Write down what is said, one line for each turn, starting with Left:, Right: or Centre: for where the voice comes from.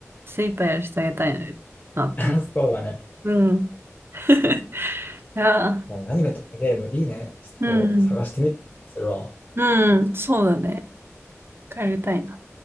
Right: 精一杯やらせてあげたいなって思
Left: <laughs> そうだね。
Right: う。うん。<laughs> いやー、
Left: いやアニメとかゲームいいね。ちょっと探してみるするわ。
Right: うんうん。うんうん、そうだね。帰りたいな。